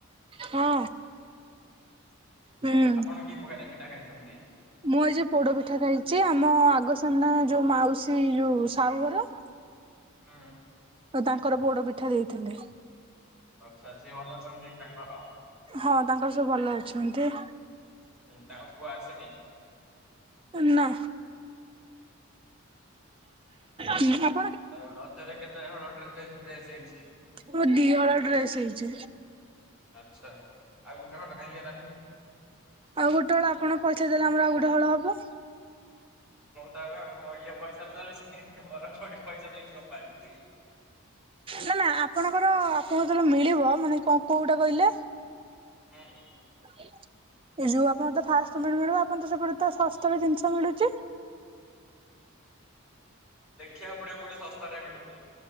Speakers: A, on the right; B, in the centre.
A: ହଁ ହୁଁ।
B: ଆପଣ କି ପ୍ରକାର ପିଠା ଖାଇଛନ୍ତି? ଚନ୍ତ
A: ମୁଁ ଆଜି ପୋଡ ପିଠା ଖାଇଛି ଆମ ଆଗ ସାମ୍ନା ଯୋଉ ମାଉସୀ ଯୋଉ ସାହୁ ଘର
B: ହଁ
A: ଆଉ ତାଙ୍କର ପୋଡ ପିଠା ଦେଇଥିଲେ।
B: ଆଚ୍ଛା ସିଏ ଭଲ ଅଛନ୍ତି ତାଙ୍କର?
A: ହଁ ତାଙ୍କର ସବୁ ଭଲ ଅଛନ୍ତି।
B: ଉଁ, ତାଙ୍କ ପୁଅ ଆସେନି।
A: ଏ ନା। <inaudible> ହୁଁ ଆପ
B: ଆଉ ରଜରେ କେତେ ହଳ ଡ୍ରେସ୍ ହେଇ ଡ୍ରେସ୍ ହେଇଛି?
A: ମୋ ଦି ହଳ ଡ୍ରେସ ହେଇଛି
B: ଆଚ୍ଛା ଆଉ ଗୋଟେ ହଳ କାହିଁକି ହେଲାନି?
A: ଆଉ ଗୋଟେ ହଳ ଆପଣ ପଇସା ଦେଲେ ଆମର ଆଉ ଗୋଟେ ହଳ ହବ।
B: ତାପରେ ଆମ ମୁଁ ଇଏ ପଇସାରେ ଚାଲିଛି ମୋର କୋଉଠି ପଇସା ଦେଇଛି କମ୍ପାନୀ।
A: ନା ନା ଆପଣଙ୍କର ଆପ ମୋର ଯେବେ ମିଳିବ ମାନେ କଣ କୋଉଟା କହିଲେ
B: ଏଁ,
A: ଏ ଯୋଉ ଆପଣ ତ ଫାଷ୍ଟ ପେମେଣ୍ଟ ମିଳବ ଆପଣ ତ ସେପଟେ ତ ସସ୍ତାରେ ଜିନିଷ ମିଳୁଚି
B: ଦେଖିବାକୁ ପଡିବ କୋଉଠି ଶସ୍ତା ରେ ମିଳୁଚି।